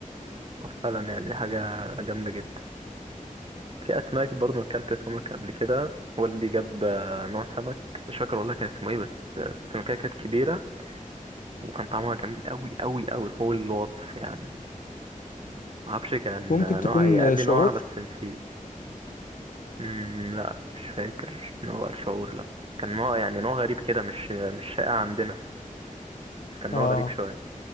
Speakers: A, on the right (about 40°); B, on the left (about 70°).
A: فعلا يعني دي حاجة جامدة جدا في أسماك برضه أكلت سمك قبل كده والدي جاب آه، نوع سمك مش فاكر والله كان اسمه ايه بس آه، السمكية كانت كبيرة وكان طعمها جميل قوي قوي قوي فوق الوصف يعني معرفش كان
B: ممكن
A: آه،
B: تكون
A: نوعها ايه قال لي
B: شعور
A: نوعها بس نسيت امم لا مش فاكر نوع الشعور لا كان نوع يعني نوع غريب كده مش مش شائع عندنا كان
B: اه
A: نوع غريب شوية